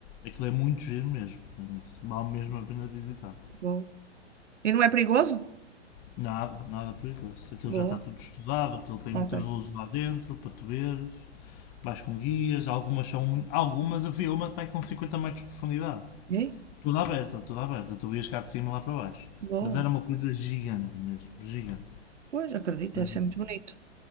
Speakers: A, on the left; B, on the right.
A: Aquilo é muito giro mesmo, isso vale mesmo a pena visitar.
B: Boa. E não é perigoso?
A: Nada, nada perigoso. Aquilo
B: Boa.
A: já está tudo estudado, aquilo tem
B: Ok.
A: muitas luzes lá dentro para tu veres. Vais com guias, algumas são, muito- algumas havia uma que vai com 50 metros de profundidade.
B: E aí?
A: Tudo aberta, tudo aberta. Tu ias cá de cima lá para baixo.
B: Boa.
A: Mas era uma coisa gigante mesmo, gigante.
B: Pois, acredito,
A: Ah,
B: deve ser muito bonito.